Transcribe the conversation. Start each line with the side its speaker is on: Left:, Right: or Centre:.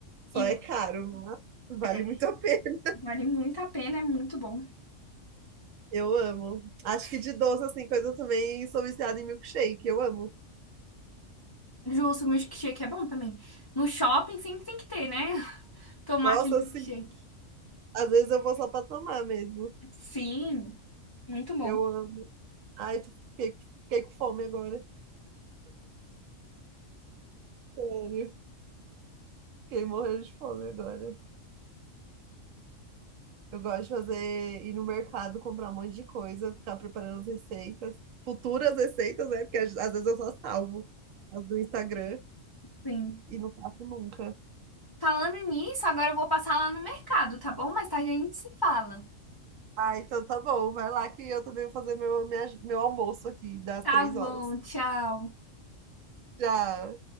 Right: Só
Left: E
Right: é caro, mas vale
Left: é,
Right: muito a pena.
Left: vale muito a pena, é muito bom.
Right: Eu amo. Acho que de doce, assim, coisa eu também, sou viciada em milkshake, eu amo.
Left: Justo, o milkshake é bom também. No shopping sempre tem que ter, né? <laughs> Tomar
Right: Nossa,
Left: aquele milkshake.
Right: assim, às vezes eu vou só pra tomar mesmo.
Left: Sim, muito bom.
Right: Eu amo. Ai, tô- fiquei, fiquei com fome agora. Sério, fiquei morrendo de fome agora. Eu gosto de fazer, ir no mercado, comprar um monte de coisa, ficar preparando as receitas, futuras receitas, né? Porque às, às vezes eu só salvo as do Instagram
Left: Sim.
Right: e não faço nunca.
Left: Falando nisso, agora eu vou passar lá no mercado, tá bom? Mais tarde a gente se fala.
Right: Ah, então tá bom, vai lá que eu também vou fazer meu, minha- meu almoço aqui das
Left: Tá
Right: três horas.
Left: bom, tchau.
Right: Já.